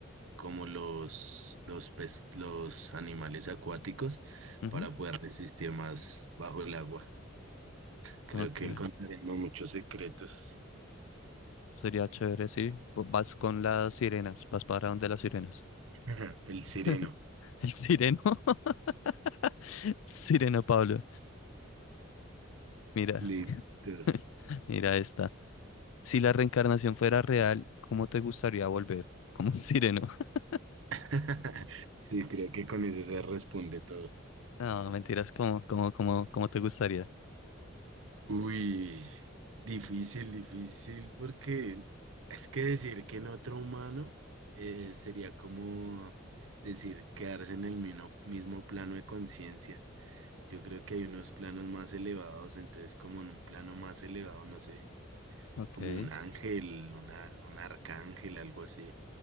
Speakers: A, on the right; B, on the left.
A: como los, los, pes- los animales acuáticos,
B: Ujú.
A: para poder resistir más bajo el agua. Creo
B: Ok,
A: que encontraremos muchos secretos.
B: sería chévere, sí. Vo- Vas con las sirenas, vas para donde las sirenas.
A: <laughs> El sireno.
B: <laughs> El sireno, <laughs> el sireno Pablo. Mira,
A: Listo.
B: <laughs> mira esta. Si la reencarnación fuera real, ¿cómo te gustaría volver? <laughs> Como un sireno. <laughs>
A: <laughs> Sí, creo que con eso se responde todo.
B: No, mentiras, ¿cómo, cómo, cómo, cómo te gustaría?
A: Uy, difícil, difícil, porque es que decir que en otro humano eh, sería como decir quedarse en el mino- mismo plano de conciencia. Yo creo que hay unos planos más elevados, entonces como en un plano más elevado, no sé,
B: Ok.
A: como un ángel, una, un arcángel, algo así.